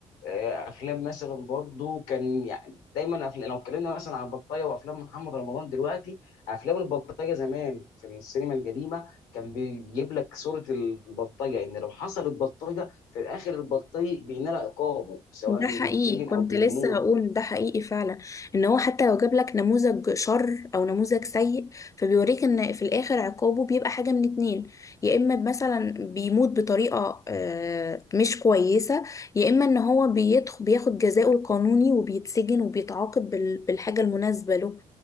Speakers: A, on the left; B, on the left.
A: آه، افلام مثلا برضو كان يعني دايما أفلام لو اتكلمنا مثلا عن البطايه وافلام محمد رمضان دلوقتي افلام البطايه زمان في السينما القديمه كان بيجيب لك صورة البلطجة إن لو حصلت بلطجة في الآخر البلطجي بينال عقابه سواء
B: ده
A: إنه
B: حقيقي
A: بيتسجن
B: كنت
A: أو بيموت
B: لسه هقول ده حقيقي فعلا ان هو حتى لو جاب لك نموذج شر او نموذج سيء فبيوريك ان في الاخر عقابه بيبقى حاجة من اتنين يا اما مثلا بيموت بطريقة آه، مش كويسة يا اما ان هو بيدخل بياخد جزاؤه القانوني وبيتسجن وبيتعاقب بال- بالحاجة المناسبة له